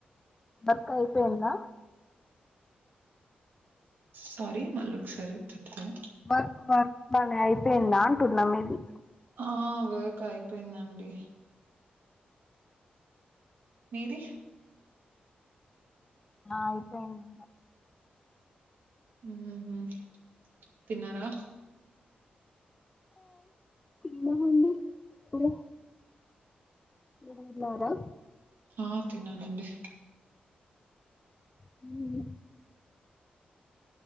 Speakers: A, on the left; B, on the right.
A: దర్కా అయిపెయిందా
B: సారీ మల్లొ ఒకసారి చొప్తారా
A: బర్క్ బర్క్ అనే అయిపోయిందా అంటున్నా మీది
B: ఆ వేక్ అయిపోయిందండి. మీది
A: ఆగి పెయింది ఇంగా
B: హ్మ్మ్ తిన్నారా
A: తిన్నామండి ఇప్పుడే మీరు
B: ఆ తిన్నానండి
A: హ్మ్